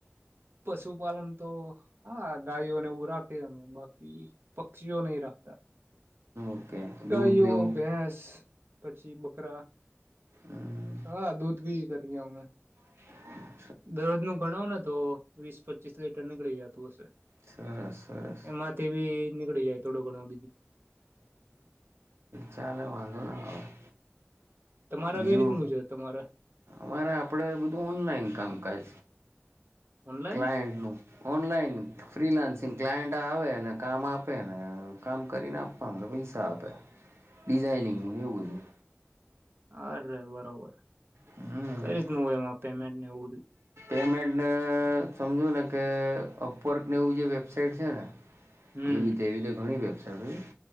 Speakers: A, on the right (about 60°); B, on the right (about 85°).
A: પશુપાલન તો હા ગાયોને એવું રાખયે અમે બાકી પક્ષીઓ નય રાખતા.
B: ઓકે
A: ગાયઓ,
B: દૂધ ને એવું
A: ભેંસ પછી બકરા
B: હમ
A: હા દૂધ ભી કરયે અમે
B: <inaudible>
A: દરરોજ નું ગણો ને તો વીસ પચીસ લીટર નીકળી જતું હશે.
B: સરસ સરસ
A: એમાંથી બી નીકળી જાય. થોડું ઘણુ
B: ચાલે વાંધો ના આવે.
A: તમારે
B: બીજું
A: કઈ રીતનું છે તમારે?
B: અમારે આપડે બધું ઓનલાઈન કામકાજ
A: ઓનલાઈન
B: ક્લાયન્ટ નું ઓનલાઈન ફ્રીલાન્સિંગ ક્લાયન્ટ આવે અને કામ આપે ને કામ કરીને આપવાનું એટલે પૈસા આપે. ડિઝાઇનિંગનું એવું બધું.
A: હા એટલે બરોબર.
B: હમ્મ.
A: કઈ રીતનું હોય એમાં પેમેન્ટ ને એવું બધું?
B: પેમેન્ટને સમજો ને કે અપવર્કને એવું જે વેબસાાઈટ છે ને
A: હમ
B: જેવી રીતે એવી રીતે ઘણી વેબસાઈટ